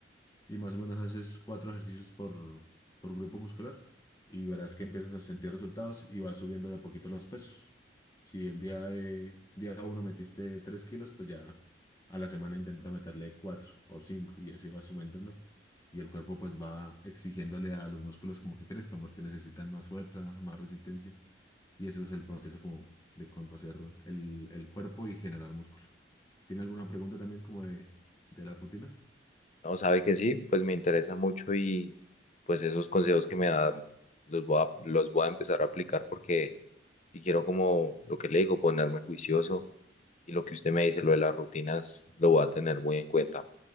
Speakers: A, on the left (about 20°); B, on the left (about 40°).
A: y más o menos haces cuatro ejercicios por, por grupo muscular y verás que empiezas a sentir resultados y vas subiendo de a poquito los pesos. Si el día de, día uno metiste tres kilos, pues ya a la semana intenta meterle cuatro o cinco y así vas aumentando. Y el cuerpo pues va exigiéndole a los músculos como que crezcan porque necesitan más fuerza, más resistencia. Y eso es el proceso como de conocer el, el cuerpo y generar músculo. ¿Tiene alguna pregunta también como de, de las rutinas?
B: No, sabe que sí, pues me interesa mucho y pues esos consejos que me da los voy a, los voy a empezar a aplicar porque si quiero como lo que le digo, ponerme juicioso y lo que usted me dice, lo de las rutinas, lo voy a tener muy en cuenta.